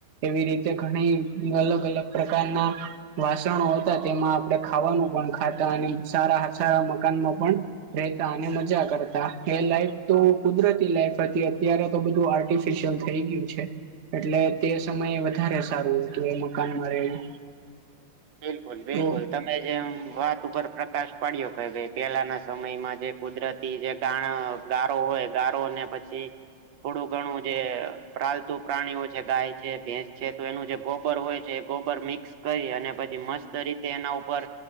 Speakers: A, on the right; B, on the right.
A: એવી રીતે ઘણી અલગ અલગ પ્રકારના વાસણો હતા તેમાં આપણે ખાવાનું પણ ખાતા અને સારા સારા મકાનમાં પણ રહેતા અને મજા કરતા એ લાઈફ તો કુદરતી લાઈફ હતી અત્યારે તો બધું આર્ટ ફિશિયલ થઈ ગયું છે એટલે તે સમયે વધારે સારું હતું એ મકાનમાં રહેવું.
B: બિલકુલ બિલકુલ
A: તો
B: ત કે જેમ વાત ઉપર પ્રકાશ પાડ્યો કે ભાઈ પેલાના સમયમાં જે કુદરત બીજે ગાણ ગારો હોય ગારો અને પછી થોડું ઘણું જે પ્રાલતુ પ્રાણીઓ છે ગાય છે ભેંસ છે તો એનું જે ગો ગોબર હોય છે ગોબર મિક્સ કરી અને પછી મસ્ત રીતે એના ઉપર